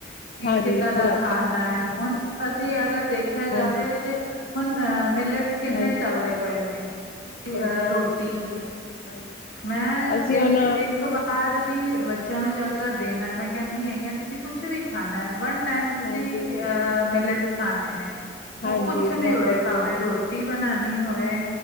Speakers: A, on the left; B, on the left.
A: ਕਿ
B: ਹਾਂਜੀ
A: ਕਿੱਦਾਂ ਦਾ
B: ਬਰਾਬਰ
A: ਖਾਨਾ ਹੈ ਹੁਣ ਅਸੀ ਅਗਰ ਦੇਖਿਆ ਜਾਵੇ
B: ਹਾਂਜੀ
A: ਤੇ <inaudible> ਹੁਨ, ਮੇਲੇ ਚ ਕਿੰਨੇ
B: ਹਾਂਜੀ
A: ਚਲਦੇ ਪਏ ਨੇ ਰੋਟੀ
B: <unintelligible>
A: ਮੈਂ ਅ
B: ਅਸੀਂ
A: ਦਿਨ
B: ਹੁਣ
A: ਚ ਇੱਕ ਵਾਰ। ਘਰ ਵੀ ਬੱਚਿਆਂ ਨੂੰ ਜਦ ਦੇਣਾ, ਮੈਂ ਕਹਿਣੀ ਹੈਗੀ ਆ ਤੁਸੀਂ ਕੁਛ ਵੀ ਖਾਣਾ ਹੈ ਵਨ। ਟੈਮ ਤੁਸੀਂ
B: ਹਾਂਜੀ
A: ਮਿਲਟਸ ਖਾਣੇ ਨੇ।
B: ਹਾਂਜੀ
A: ਉਹ ਕੁਛ
B: ਬਰਾਬਰ
A: ਵੀ ਹੋਏ,
B: ਹੈ
A: ਭਾਵੇਂ ਰੋਟੀ ਬਨਾਣੀ ਹੋਵੇ।